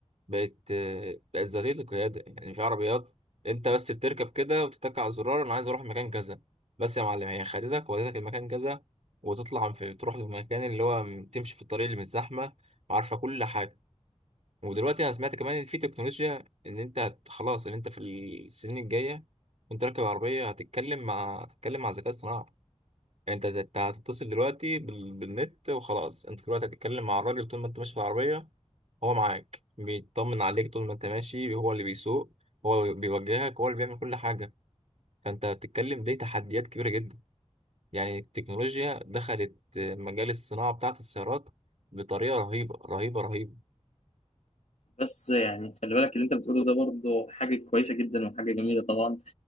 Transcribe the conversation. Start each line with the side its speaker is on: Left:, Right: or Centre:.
Right: بقت آه، بقت ذاتيه القياده يعني في عربيات انت بس بتركب كده وتتك على الزرار انا عايز اروح مكان كذا بس يا معلم هي خدتك ودتك المكان كذا وتطلع في تروح للمكان اللي هو م- تمشي في الطريق اللي مش زحمه وعارفه كل حاجه ودلوقتي انا سمعت كمان ان في تكنولوجيا ان انت هت- خلاص ان انت في السنين الجايه وانت راكب العربيه هتتكلم مع هتتكلم مع ذكاء اصطناعي يعني انت هت- هتتصل دلوقتي بال... بالنت وخلاص انت دلوقتي هتتكلم مع الراجل طول ما انت ماشي في العربيه هو معاك بيطمن عليك طول ما انت ماشي هو اللي بيسوق هو اللي بيوجهك هو اللي بيعمل كل حاجه فانت بتتكلم دي تحديات كبيره جدا يعني التكنولوجيا دخلت مجال الصناعه بتاعه السيارات بطريقه رهيبه رهيبه
Left: بس يعني خلي بالك اللي أنت بتقوله ده برضه حاجة كويسة جدا وحاجة جميلة طبعا